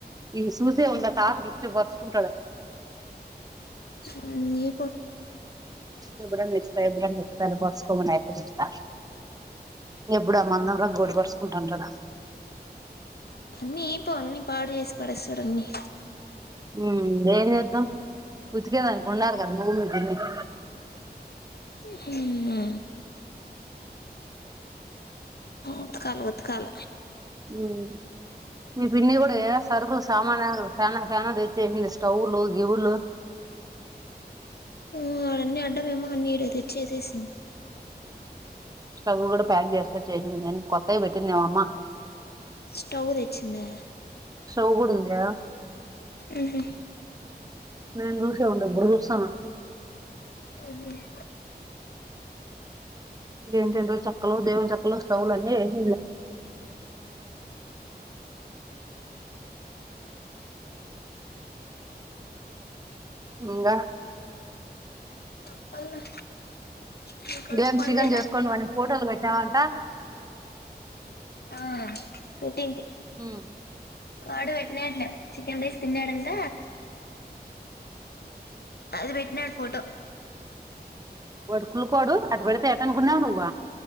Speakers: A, on the right; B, on the left.
A: ఇవి చూసే ఉండ్ల తాతకి ఇచ్చి పరుచుకుంటాడు
B: తిన్లే
A: ఎప్పుడన్న ఇస్తా ఎప్పుడన్న ఇస్తా కోసుకోమను అయ్ <unintelligible> ఇత్త ఎప్పుడూ ఆ మందం రగ్గు ఓటి పరుసుకుంటాంటాడు
B: అన్ని ఈపో అన్ని పాడు చేసి పడేస్తాడు అన్ని
A: హుమ్ వేరే అక్కా ఉతికేదకున్నారుగా నువ్వు మీ తమ్ముడు
B: హునా ఉత్కల ఉత్కల
A: మ్మ్ మీ పిన్ని కూడా ఏ సరుకులు సామాన్య ఫ్యాన్ ఫ్యాన్ తెచ్చేసింది స్టవ్లు గివులు
B: అ అన్ని అడ్డంమేమో అన్ని ఇ తెచ్చి ఏసేసింది
A: స్టవ్ కూడా ప్యాక్ చేసుకొచ్చేసింది అన్ని కొత్తవి పెట్టిందేమో మా
B: స్టవ్ తెచ్చింద్య
A: స్టవు కూడా ఉంది కదా
B: మ్మ్ హు
A: నేను చూసే ఉండ్ల ఇప్పుడు చూస్సాన
B: మ్మ్ హు
A: ఎంటీవెంటివో చెక్కలు దేవుని చెక్కలు స్టవులు అన్ని ఏసింది ఇంగ
B: చెప్పాలా నీ కొడుకు
A: రేపు
B: ఫోన్
A: చికెన్
B: చేయలే
A: చేసుకోని వాడి ఫోటోలు పెట్టామంటే
B: ఆ పెట్టింటి
A: మ్మ్
B: వాడు పెట్టినాడులే చికెన్ రైస్ తిన్నాడంట అది పెట్టినాడు ఫోటో
A: వాడు కుళ్ళుకోడు అటు పడితే ఏటనుకున్నావు నువ్వు